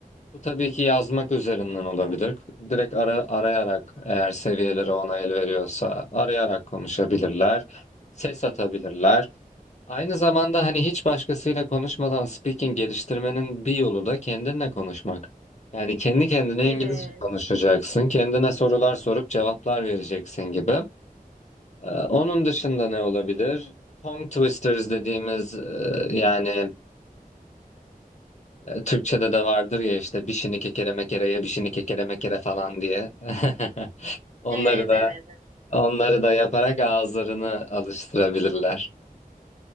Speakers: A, on the left; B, on the right.
A: Bu tabii ki yazmak üzerinden olabilir. Direkt ara, arayarak eğer seviyeleri ona el veriyorsa arayarak konuşabilirler. Ses atabilirler. Aynı zamanda hani hiç başkasıyla konuşmadan speaking geliştirmenin bir yolu da kendinle konuşmak. Yani kendi kendine
B: Evet.
A: İngilizce konuşacaksın, kendine sorular sorup cevaplar vereceksin gibi. Ee, Onun dışında ne olabilir? Tongue twisters dediğimiz e, yani e, Türkçe'de de vardır ya işte bişini kekere mekereye bişini kekere mekere falan diye. <laughs> Onları
B: Evet,
A: da
B: evet, evet.
A: onları da yaparak ağızlarını alıştırabilirler.